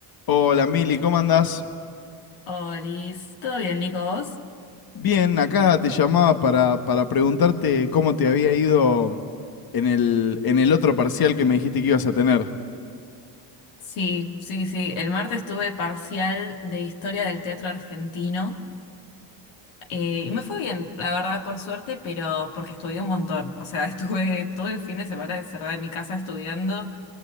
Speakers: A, on the left; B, on the left.
A: Hola Mili, ¿cómo andás?
B: Olis, ¿todo bien, Nico? ¿Vos?
A: Bien, acá te llamaba para, para preguntarte cómo te había ido en el, en el otro parcial que me dijiste que ibas a tener.
B: Sí, sí, sí. El martes tuve parcial de historia del teatro argentino eh, y me fue bien, la verdad, por suerte, pero porque estudié un montón. O sea, <laughs> estuve todo el fin de semana encerrada en mi casa estudiando